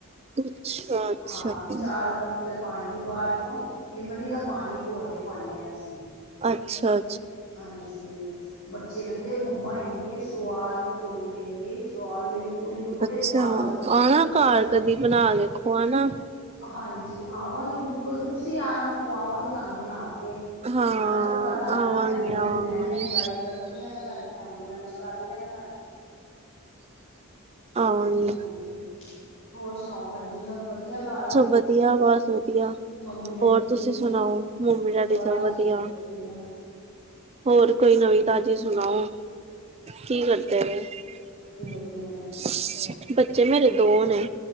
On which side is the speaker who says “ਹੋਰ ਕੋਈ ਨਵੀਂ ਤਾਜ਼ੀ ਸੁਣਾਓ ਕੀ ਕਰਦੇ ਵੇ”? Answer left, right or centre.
Right